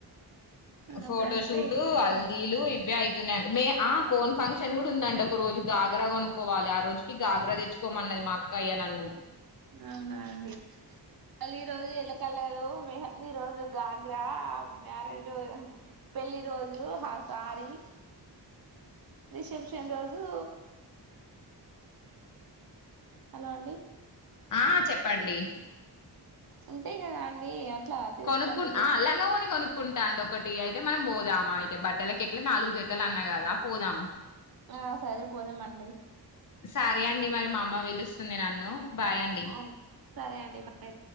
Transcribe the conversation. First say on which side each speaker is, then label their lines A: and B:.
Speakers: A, on the left; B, on the right.
A: ఫోటోషూట్
B: అప్పుడు అంటే ఏం లేదు.
A: హల్దీలు ఇవే అవుతున్నాయంండి మే ఆ కోన్ ఫంక్షన్ కూడా ఉందండి ఒక రోజు గాగరా కొనుక్కోవాలి ఆ రోజుకి గాగ్రా తెచ్చుకోమన్నది మా అక్కయ్య నన్ను
B: అవునాండి మళ్ళీ రోజు ఎల్లో కలరు మెహీ రోజు గాగ్రా మ్యారేజ్ పెళ్లి రోజు హసారి రిసెప్షన్ రోజు హలో అండి
A: ఆ చెప్పండి
B: అంతే కదా అండి అట్లా తెచ్చుకోండి
A: కొనుకు ఆ లంగాఓని కొనుకు కుంటా అండి ఒకటి అయితే మనం పోదామా అయితే బట్టలక ఎట్ల నాలుగు జతలు అన్నా కదా పోదాం
B: ఆ సరే పొడమండి
A: సరే అండి మరి మా అమ్మ పిలుస్తుంది నన్ను బాయ్ అండి
B: ఓ సరే అండి బాయ్